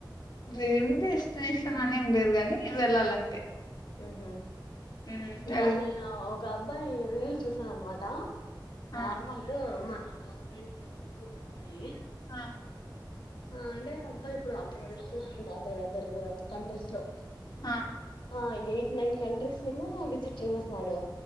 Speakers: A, on the left (about 60°); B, on the left (about 85°).
A: డ్రీమ్ డెస్టినేషన్ అనేం లేదు గానీ, వెళ్ళాలంతే.
B: ఉహు
A: మ్
B: నా
A: వెల్
B: నేను ఒక అబ్బాయి రీల్ చూసాను అన్మాట నార్మల్
A: ఆ
B: మన గవర్నమెంట్ కూల్ అబ్బాయి
A: ఆ
B: ఆ అంటే అబ్బాయి ఇప్పుడు అబ్రాడ్ లో ఉన్నాడంట, అదర్ అదర్ కంట్రీస్ లో.
A: ఆ
B: ఆ ఎయిట్ నైన్ కంట్రీస్ ఏమో విజిట్ చేసేస్నాడు.